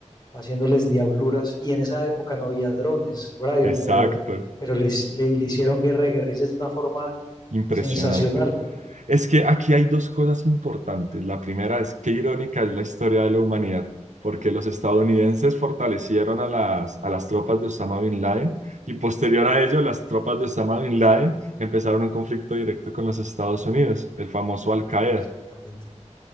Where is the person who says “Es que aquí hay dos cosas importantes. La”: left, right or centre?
Right